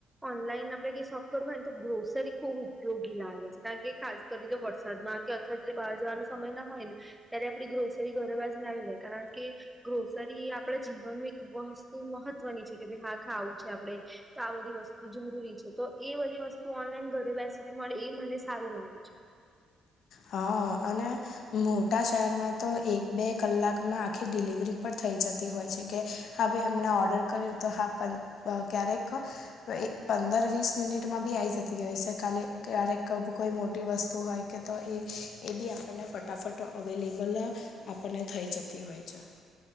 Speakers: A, in the centre; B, on the left.
A: ઓનલાઈન આપડે કાઈ શોપ કરવું હોયને તો ગ્રોસરી ખુબ ઉપયોગી લાગે છે. કારણ કે ખાસ કરીને વરસાદમાં અથવા બહાર જવાનો સમય ના હોય ને ત્યારે આપડી ગ્રોસરી ઘરે વાસીને આવી જાય કારણ કે ગ્રોસરી એ આપડા જીવનનું એક વસ તું મહત્વની છે કે ભાઈ હા ખાવું છે આપડે તો આ બધી વસ્તુ જરૂરી છે. તો એ બધી વસ્ તુ ઓનલાઈન ઘરે બેસીને મળે એ મને સારું લાગે છે.
B: હા અને મોટા શહેરમાં એક બે કલાકમાં ડિલિવરી પણ થઈ જતી હોય છે કે હા ભાઈ હમણાં ઓર્ડર કર્યું હા ક્યારેક એ પંદર વીસ મિનિટમાં બી આવી જતી હોય છે કાલે ક્યારેક કોઈ મોટી વસ્તુ હોય કે તો એ એ બી આપણને ફટાફટ અવેલેબલ આપણને થઈ જતી હોય છે.